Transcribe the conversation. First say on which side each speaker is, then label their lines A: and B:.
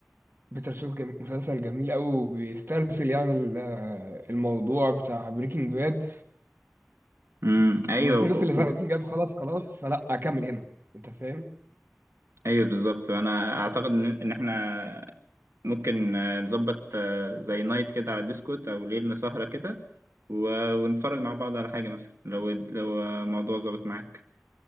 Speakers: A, on the right; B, on the right.
A: بيتر سول جم... مسلسل جميل قوي بيسترسل يعني ال- آه، الموضوع بتاع بريكنج باد
B: امم ايوه
A: والناس
B: و-
A: اللي زعلت
B: و-
A: بريكنج باد خلاص خلاص فلا اكمل هنا انت فاهم
B: ايوه بالظبط وانا اعتقد ان إن احنا ممكن آه، نظبط آه، زي نايت كده على ديسكورد او ليلة سهرة كده و- ونتفرج مع بعض على حاجة مثلا لو لو آه، موضوع ظبط معاك